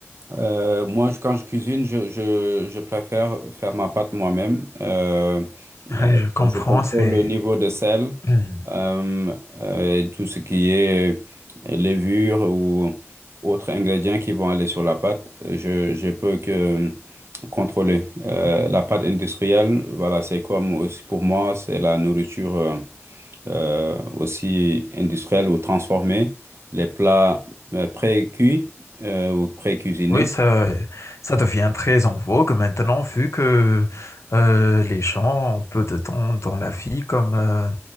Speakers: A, on the right (about 65°); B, on the left (about 75°).
A: Euh, moi, je- quand je cuisine, je, je, je préfère faire ma pâte moi-même. Euh,
B: Ouais,
A: euh,
B: Je comprends,
A: je contrôle
B: c'est...
A: le niveau de sel
B: <clears throat>
A: euh, euh, et tout ce qui est euh, levure ou autres ingrédients qui vont aller sur la pâte. Je, je peux que contrôler. Euh, la pâte industrielle, voilà, c'est comme aussi pour moi, c'est la nourriture euh, euh, aussi industrielle ou transformée. Les plats euh, pré-cuits euh, ou pré-cuisinés.
B: Oui, ça, ça devient très en vogue maintenant, vu que euh, les gens ont peu de temps dans la vie, comme, euh,